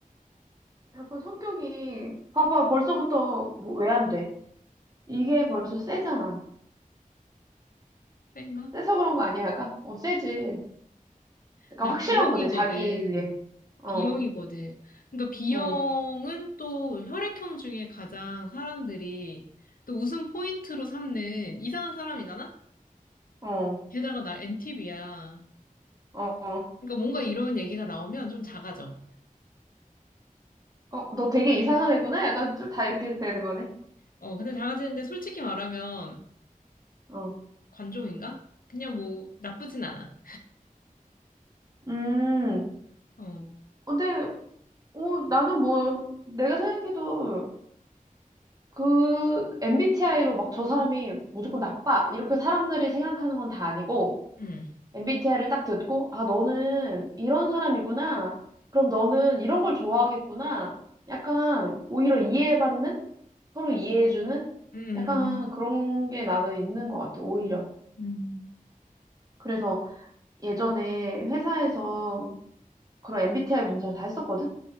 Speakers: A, on the right (about 25°); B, on the left (about 75°).
A: 약간 성격이, 봐봐, 벌써부터 뭐 왜 안 돼? 이게 벌써 세잖아.
B: 뺀가?
A: 세서 그런 거 아니야, 약간? 어, 세지. 약간
B: 나
A: 확실한
B: B형이거든.
A: 거지, 자기 그게. 어,
B: B형이거든. 그러니까 B형은
A: 응,
B: 또 혈액형 중에 가장 사람들이 또 웃음 포인트로 삼는 이상한 사람이잖아?
A: 어,
B: 게다가 나 NTV야.
A: 어, 어.
B: 그러니까 뭔가 이런 얘기가 나오면 좀 작아져.
A: 어, 너 되게 이상한 애구나? 약간 좀 다 이렇게 되는 거네.
B: 어, 근데 작아지는데 솔직히 말하면
A: 어.
B: 관종인가? 그냥 뭐 나쁘진 않아.
A: 음.
B: 어,
A: 어, 근데 어, 나는 뭐 내가 생각해도 그 MBTI로 막 저 사람이 무조건 나빠 이렇게 사람들이 생각하는 건 다 아니고
B: 음,
A: MBTI를 딱 듣고 아 너는 이런 사람이구나 그럼 너는 이런 걸 좋아하겠구나 약간 오히려 이해받는 서로 이해해주는
B: 음,
A: 약간 그런 게 나는 있는 것 같아 오히려
B: 음,
A: 그래서 예전에 회사에서 그런 MBTI 검사를 다 했었거든